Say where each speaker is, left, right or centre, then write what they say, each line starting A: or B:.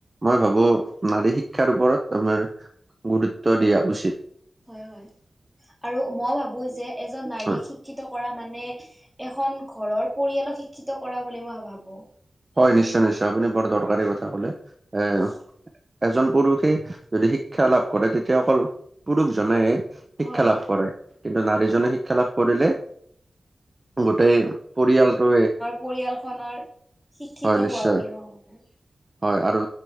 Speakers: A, on the right (about 25°); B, in the centre.
A: মই ভাবো নাৰী শিক্ষাৰ ওপৰত আমাৰ গুৰুত্ব দিয়া উচিত
B: হয় হয় আৰু মই ভাবো যে এজন নাৰীক
A: হয়।
B: শিক্ষিত কৰা মানে এখন ঘৰৰ পৰিয়ালক শিক্ষিত কৰা বুলি মই ভাবো
A: হয় নিশ্চয় নিশ্চয় আপুনি বৰ দৰকাৰী কথা কলে এ
B: হয়
A: এজন পুৰুষে যদি শিক্ষা লাভ কৰে তেতিয়া অকল পুৰুষজনে শিক্ষা
B: হয়,
A: লাভ কৰে কিন্তু নাৰীজনে শিক্ষা লাভ কৰিলে গোটেই পৰিয়ালটোৱে
B: পৰিয়ালখনৰ শিক্ষিত
A: হয় নিশ্চয়
B: হোৱা বুলি মই ভাবোঁ
A: হয় আৰু